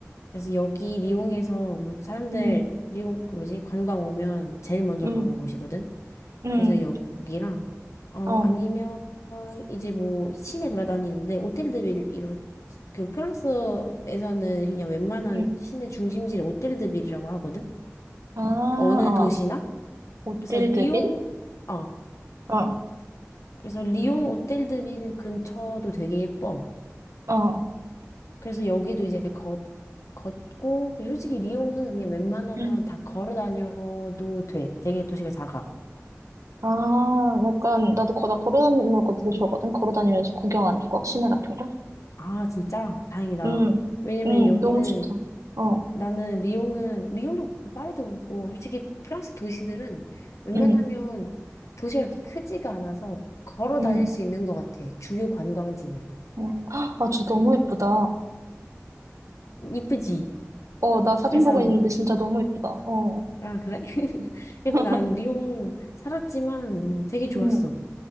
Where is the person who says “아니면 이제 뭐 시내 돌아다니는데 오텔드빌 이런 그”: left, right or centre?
Left